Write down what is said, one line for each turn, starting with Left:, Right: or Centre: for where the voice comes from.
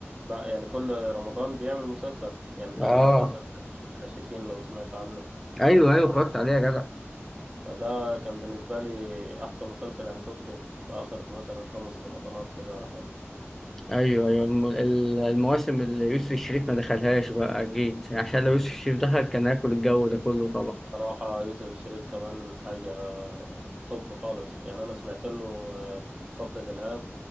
Right: بقى يعني كل رمضان بيعمل مسلسل يعني فاكر
Centre: اه
Right: مسلسل الحشاشين لو سمعت عنه
Centre: ايوه ايوه اتفرجت عليه يا جدع
Right: ده كان بالنسبة لي أحسن مسلسل أنا شفته في آخر مثلا خمس رمضانات كده ولا حاجة
Centre: ايوه ايوه الم- ال- المواسم اللي يوسف الشريف ما دخلهاش بقى اكيد عشان لو يوسف الشريف دخل كان هياكل الجو ده كله طبعا
Right: صراحة يوسف الشريف كمان حاجة توب خالص يعني أنا سمعت له آه، كفر دلهاب